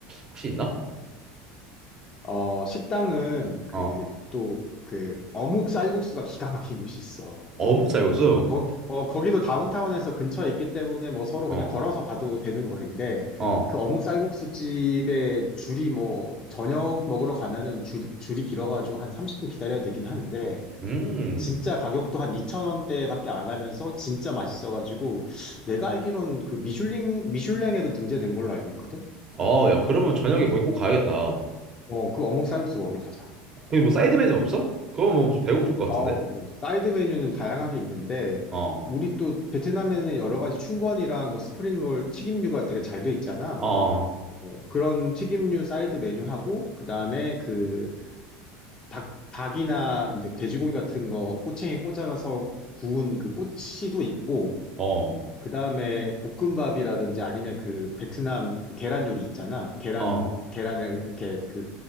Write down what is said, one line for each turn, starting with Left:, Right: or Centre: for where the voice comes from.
Right: 혹시 있나?
Left: 어, 식당은 그,
Right: 어,
Left: 또, 그, 어묵 쌀국수가 기가 막힌 곳이 있어.
Right: 어묵 쌀국수?
Left: 어, 거기, 어, 거기도 다운타운에서 근처에 있기 때문에 뭐 서로
Right: 어,
Left: 그냥 걸어서 가도 되는 거리인데
Right: 어.
Left: 그 어묵 쌀국수 집에 줄이 뭐 저녁 먹으러 가면은 줄, 줄이 길어가지고 한 30분 기다려야 되긴 하는데
Right: 음.
Left: 진짜 가격도 한2천원대밖에 안 하면서 진짜 맛있어가지고 내가 알기론 그 미슐랭, 미슐랭에도 등재된 걸로 알고 있거든?
Right: 어 야, 그러면 저녁에
Left: 어,
Right: 거기 꼭 가야겠다.
Left: 어, 그 어묵 쌀국수 먹으러 가자.
Right: 거기 뭐 사이드 메뉴 없어? 그거 뭐좀 배고플 것
Left: 어
Right: 같은데?
Left: 뭐 사이드 메뉴는 다양하게 있는데
Right: 어,
Left: 우리 또 베트남에는 여러 가지 춘권이랑 뭐 스프링롤 튀김류가 되게 잘 돼 있잖아.
Right: 어,
Left: 어, 그런 튀김류 사이드 메뉴하고 그다음에 그 닭, 닭이나 이제 돼지고기 같은 거 꼬챙이 꽂아서 구운 그 꼬치도 있고
Right: 어, 어,
Left: 그다음에 볶음밥이라든지 아니면 그 베트남 그 계란 요리 있잖아. 계란
Right: 어,
Left: 계란을 이렇게 그